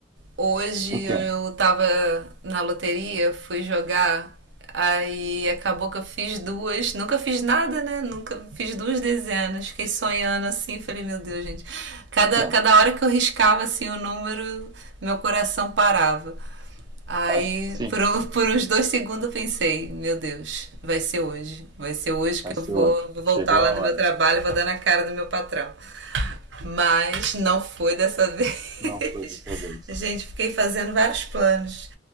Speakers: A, on the right (about 80°); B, on the right (about 20°).
A: Hoje
B: O que
A: eu
B: é?
A: tava na loteria, fui jogar, aí acabou que eu fiz duas. Nunca fiz nada, né? Nunca fiz duas dezenas. Fiquei sonhando assim, falei, meu Deus, gente. Cada,
B: É.
A: cada hora que eu riscava assim o número, meu coração parava. Aí,
B: <laughs> sim,
A: por, um, <laughs> por uns dois segundos eu pensei, meu Deus, vai ser hoje. Vai ser hoje
B: vai
A: que
B: ser
A: eu vou
B: hoje.
A: voltar
B: Chegou
A: lá
B: a
A: no
B: hora.
A: meu trabalho e vou dar na cara do meu patrão. Mas não foi dessa vez.
B: <laughs> Não foi dessa
A: <laughs>
B: vez.
A: Gente, fiquei fazendo vários planos.